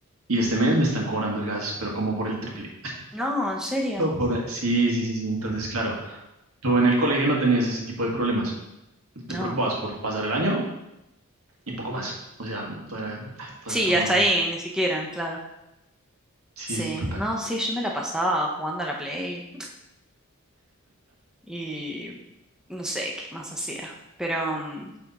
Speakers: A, on the right; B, in the centre.
A: Y este mes me están cobrando el gas, pero como por el triple.
B: no, en serio,
A: Oh, por- Sí, sí, sí, sí. Entonces, claro, tú en el colegio no tenías ese tipo de problemas. Te
B: no.
A: preocupabas por pasar el año y poco más. O sea, todo era, ay, todo
B: Sí,
A: era tan
B: hasta
A: bonito.
B: ahí, ni siquiera, claro.
A: Sí,
B: Sí,
A: sí, total.
B: no, sí, yo me la pasaba jugando a la Play y no sé qué más hacía, pero... mm,